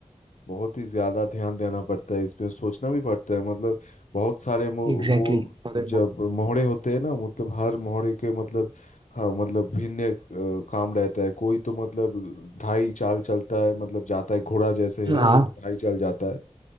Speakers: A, on the left; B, on the right.
A: बहुत ही ज्यादा ध्यान देना पड़ता है इसमें सोचना भी पड़ता है मतलब बहुत सारे मो-
B: एग्जैक्टली
A: वो
B: exactly.
A: जब मोहरे होते हैं ना मतलब हर मोहरे के मतलब हाँ मतलब भिन्न अ, काम रहता है कोई तो मतलब ढाई चाल चलता है मतलब जाता है घोड़ा जैसे
B: हाँ
A: है वो तो ढाई चाल जाता है